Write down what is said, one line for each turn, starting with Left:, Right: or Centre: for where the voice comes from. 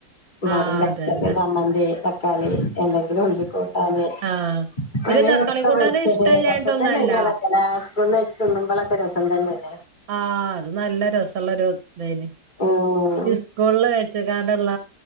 Left: <unintelligible>
Right: ആഹ് അതന്നെ
Left: സമ്മന്തി തകാളി അല്ലെങ്കി ഉള്ളികൂ അതെ
Right: ആഹ് ഇവല്
Left: അല്ലേൽ
Right: തക്കാളി
Left: മുട്ടപൊരിച്ചത്
Right: കൂട്ടാന് ഇഷ്ടല്ലായിട്ടൊന്നല്ല
Left: രസം തന്നെയ്ന് അതൊക്കെലേ. ന തിുമ്പളൊക്കെ രസം തന്നെയാണ്
Right: ആഹ് അത് നല്ല രസള്ളരു ഇതയ്ന്
Left: ഉം
Right: സ്കൂളില് വേ ച്ചുകാണ്ടള്ള